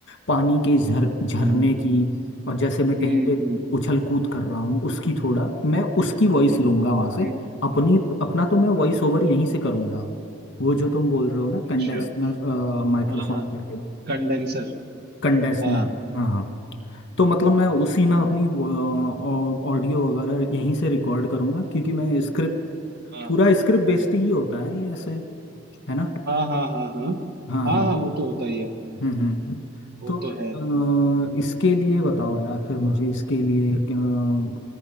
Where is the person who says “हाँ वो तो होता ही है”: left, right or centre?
Right